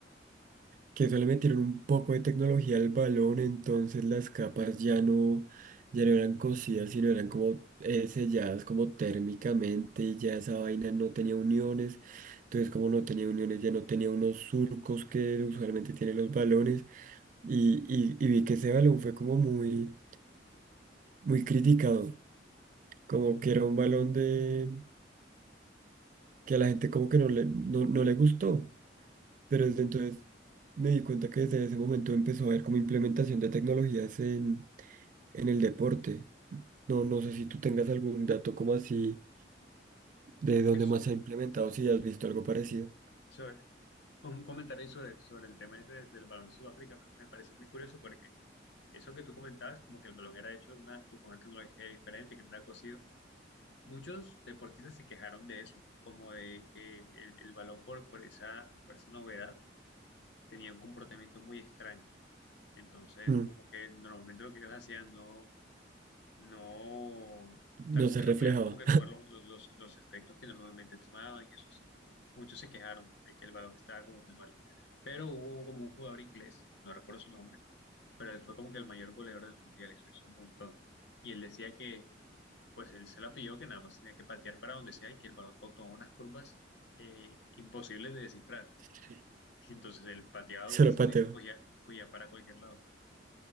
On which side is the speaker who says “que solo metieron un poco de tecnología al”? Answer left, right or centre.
Right